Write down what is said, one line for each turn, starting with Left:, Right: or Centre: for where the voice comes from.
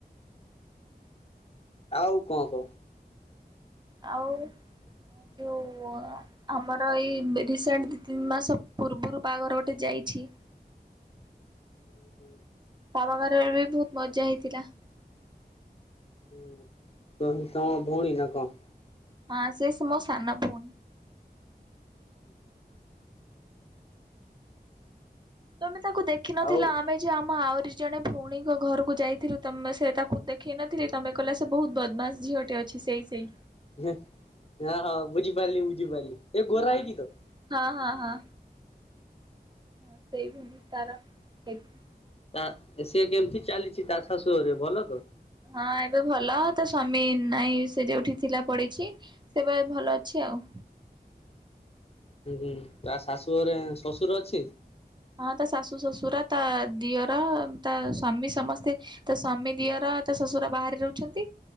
Left: ଆଉ କଣ କହ?
Right: ଆଉ ଅ ଯୋଉ ଆମର ଏଇ ରିସେଣ୍ଟ ଦିଇ ତିନି ମାସ ପୂର୍ବରୁ ବାହାଘର ଗୋଟେ ଯାଇଛି।
Left: ଉଁ ହୁଁ।
Right: ତା ବାହାଘରରେ ବି ବହୁତ୍ ମଜା ହେଇଥିଲା।
Left: ଉଁ ତୁନ ତମ ଭଉଣୀ ନା କଣ?
Right: ହଁ ସେ ସେ ମୋ ସାନ ଭଉଣୀ।
Left: <inaudible>
Right: ତମେ ତାକୁ ଦେଖିନଥିଲ
Left: ଆଉ
Right: ଆମେ ଯେ ଆମ ଆହୁରି ଜଣେ ଭଉଣୀଙ୍କ ଘରକୁ ଯାଇଥିଲୁ ତମେ ସେ ତାକୁ ଦେଖେଇ ନଥିଲି ତମେ କହିଲ ସେ ବହୁତ୍ ବଦମାସ୍ ଝିଅ ଟେ ଅଛି ସେଇ ସେଇ।
Left: ହଁ ହଁ ବୁଝିପାରିଲି ବୁଝିପାରିଲି ଏ ଗୋରା
Right: ହଁ
Left: ହେଇ କି ତ?
Right: ହଁ ହଁ ହଁ। ହଁ ସେଇ ଭେଣ୍ଡି ତାର ହେଇଥିଲା।
Left: ତା ସେ କେମିତି ଚାଲିଛି ତା ଶାଶୁ ଘରେ ଭଲ ତ?
Right: ହଁ ଏବେ ଭଲ ତା ସ୍ୱାମୀ ନାଇଁ ସେ ଯୋଉଠି ଥିଲା ପଳେଇଛି। ସେ ଏବେ ଭଲ ଅଛି ଆଉ।
Left: ହୁଁ ହୁଁ ତା ଶାଶୁ ଘରେ ଶ୍ୱଶୁର ଅଛି?
Right: ହଁ ତା ଶାଶୁ ଶଶୁର ତା ଦିଅର ତା ସ୍ଵାମୀ ସମସ୍ତେ ତା ସ୍ବାମୀ ଦିଅର ତା ଶ୍ୱଶୁର ବାହାରେ ରହୁଛନ୍ତି